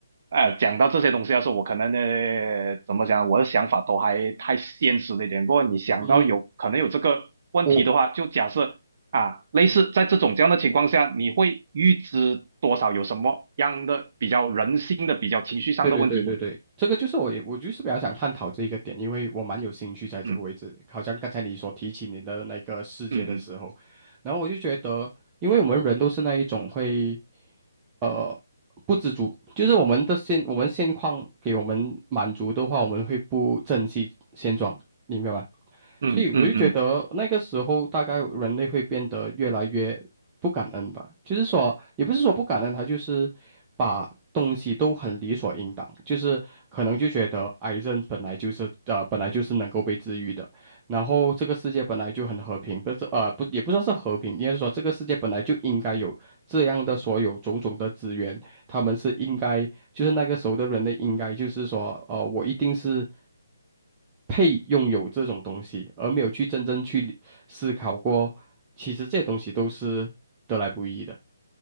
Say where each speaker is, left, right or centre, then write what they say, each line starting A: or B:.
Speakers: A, on the right; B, on the right.
A: 呃，讲到这些东西的时候，我可能呢，怎么讲，我的想法都还太现实了一点。不过你想到有可能有这个问题的话，
B: 嗯，我。
A: 就假设啊，类似在这种这样的情况下，
B: 嗯。
A: 你会预知多少有什么样的比较人性的、比较情绪上的问题呢？
B: 对对对对对，这个就是我也我就是比较想探讨这一个点，因为我蛮有兴趣在这个位置。
A: 嗯
B: 好像刚才你所提起你的那个世界的时候，
A: 嗯
B: 然后我就觉得，因为我们人都是那一种会，呃，不知足，就是我们的现我们现况给我们满足的话，我们会不珍惜现状，你明白吧？
A: 嗯嗯嗯嗯
B: 所以我就觉得那个时候大概人类会变得越来越不感恩吧，就是说也不是说不感恩，他就是把东西都很理所应当，就是可能就觉得癌症本来就是呃本来就是能够被治愈的，然后这个世界本来就很和平，不是呃不也不算是和平，应该是说这个世界本来就应该有这样的所有种种的资源，他们是应该，就是那个时候的人类应该就是说，呃，我一定是配拥有这种东西，而没有去真正去理思考过，其实这些东西都是得来不易的。